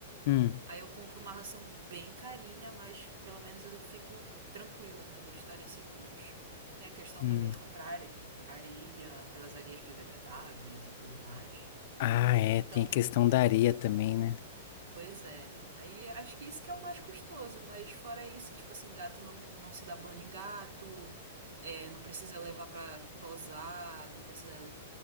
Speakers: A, on the left (about 50°); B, on the right (about 60°).
A: hum,
B: Aí eu compro uma ração bem carinha, mas pelo menos eu fico tranquila, né, deles estarem seguros. Tem a questão
A: hum.
B: também de comprar are- areia, aquelas areias biodegradáveis e tudo mais.
A: Ah, é,
B: Então,
A: tem a questão da areia também, né?
B: pois é. Aí acho que isso que é o mais custoso, mas fora isso, tipo assim, gato não, não se dá banho em gato, é, não precisa levar pra tosar, não precisa.